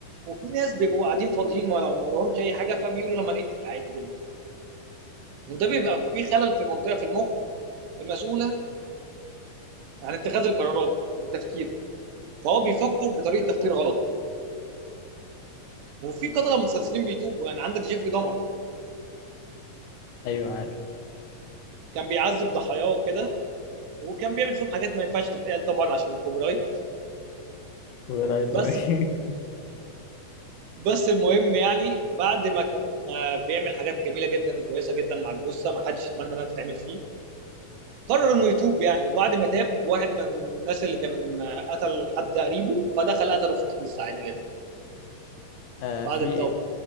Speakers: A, on the right; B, on the left.
A: وفي ناس بيبقوا قاعدين فاضيين ما ما لهمش اي حاجه فبيقولوا لما نقتل عادي جدا وده بيبقى فيه خلل في منطقه في المخ المسؤوله عن اتخاذ القرارات والتفكير فهو بيفكر بطريقه تفكير غلط وفي قتله متسلسلين بيتوبوا يعني عندك جيفري دمر
B: ايوه عارف
A: كان بيعذب ضحاياه وكده وكان بيعمل فيهم حاجات ما ينفعش تتقال طبعا عشان الكوبي رايت
B: كوبي رايت
A: بس
B: وإيه. <laughs>
A: بس المهم يعني بعد ما كان ما بيعمل حاجات جميله جدا وكويسه جدا مع الجثه ما حدش يتمنى انها تتعمل فيه قرر انه يتوب يعني وبعد ما تاب واحد من الناس اللي كان قتل حد قريبه فدخل قتله في الكنيسه عادي جدا
B: آه
A: بعد
B: في
A: التوبه